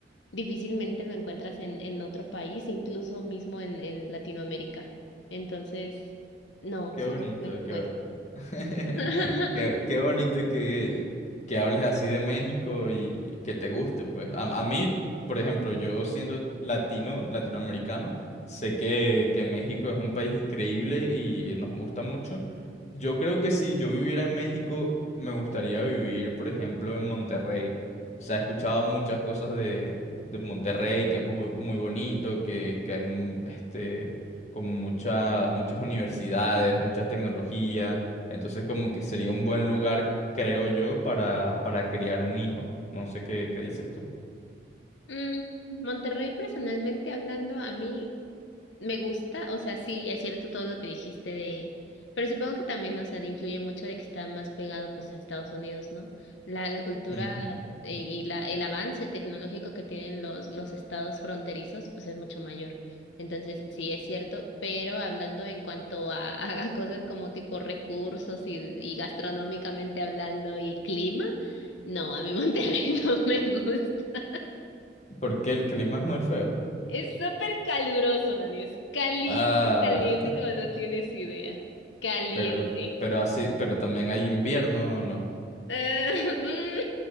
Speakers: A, on the left (about 80°); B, on the left (about 40°).
A: difícilmente lo encuentras en, en otro país, incluso mismo en, en Latinoamérica. Entonces, no,
B: Qué
A: sí,
B: bonito,
A: me
B: qué...
A: cuesta.
B: <laughs>
A: <laughs>
B: Qué, qué bonito que, que hables así de México y que te guste, pues. A, a mí, por ejemplo, yo siendo latino, latinoamericano, sé que, que México es un país increíble y nos gusta mucho. Yo creo que si yo viviera en México, me gustaría vivir, por ejemplo, en Monterrey. O sea, he escuchado muchas cosas de, de Monterrey, que es muy, muy bonito, que, que hay mm, este, como muchas, muchas universidades, mucha tecnología entonces como que sería un buen lugar, creo yo, para, para criar un hijo. No sé qué, qué dices tú.
A: Mm, Monterrey, personalmente hablando, a mí Me gusta, o sea, sí, es cierto todo lo que dijiste de, pero supongo que también, o sea, influye mucho de que está más pegado pues a Estados Unidos, ¿no? La, la cultura
B: Ujú.
A: eh, y la, el avance tecnológico que tienen los, los estados fronterizos, pues es mucho mayor. Entonces, sí, es cierto, pero hablando en cuanto a, <laughs> a cosas como tipo recursos y, y gastronómicamente hablando y clima, no, a mí Monterrey <laughs> no me gusta.
B: Porque el clima es muy feo.
A: Es súper caluroso, Dani. Es caliente,
B: Ah,
A: caliente, como no tienes idea. Caliente.
B: pero, pero así, pero también hay invierno, ¿o ¿no?
A: Ah, mm,